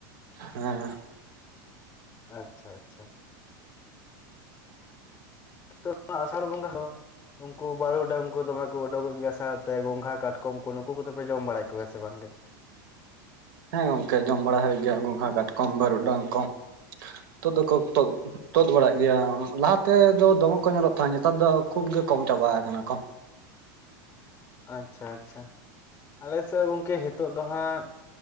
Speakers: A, on the right; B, on the left.
A: ᱦᱮᱸ
B: ᱟᱪ ᱪᱷᱟ ᱟᱪᱪᱷᱟ ᱛᱚ ᱟᱥᱟᱲ ᱵᱚᱸᱜᱟ ᱦᱚᱸ ᱩᱱᱠᱩ ᱵᱟᱨᱩᱰᱟᱝ ᱠᱚ ᱫᱚᱢᱮ ᱠᱚ ᱩᱰᱩᱠᱚᱜ ᱜᱮᱭᱟ ᱥᱟᱛ ᱛᱮ ᱜᱚᱝᱜᱷᱟ ᱠᱟᱴᱠᱚᱢ ᱠᱚ ᱱᱩᱠᱩ ᱠᱚᱫᱚᱯᱮ ᱡᱚᱢ ᱵᱟᱲᱟᱭᱮᱫ ᱠᱚᱣᱟ ᱥᱮ ᱵᱟᱝᱜᱮ
A: ᱦᱮᱸ ᱜᱚᱝᱠᱮ ᱡᱚᱢ ᱵᱟᱲᱟ ᱦᱩᱭᱩᱜ ᱜᱮᱭᱟ ᱜᱚᱝᱜᱷᱟ ᱠᱟᱴᱠᱚᱢ ᱵᱟᱹᱨᱩᱰᱟᱝ ᱠᱚ ᱛᱳᱫ ᱫᱚᱠᱚ ᱛᱳᱜ ᱛᱳᱫ ᱵᱟᱲᱟᱜ ᱜᱮᱭᱟ ᱞᱟᱦᱟ ᱛᱮ ᱫᱚ ᱫᱚᱢᱮ ᱠᱚ ᱧᱮᱞᱚᱜ ᱛᱟᱦᱮᱸ ᱱᱮᱛᱟᱨ ᱫᱚ ᱠᱷᱩᱵ ᱜᱮ ᱠᱚᱢ ᱪᱟᱵᱟ ᱠᱟᱱᱟ ᱠᱚ
B: ᱟᱪᱪᱷᱟ ᱟᱪᱪᱷᱟ ᱟᱞᱮ ᱥᱮᱫ ᱜᱚᱝᱠᱮ ᱦᱤᱛᱳᱜ ᱫᱚ ᱦᱟᱸᱜ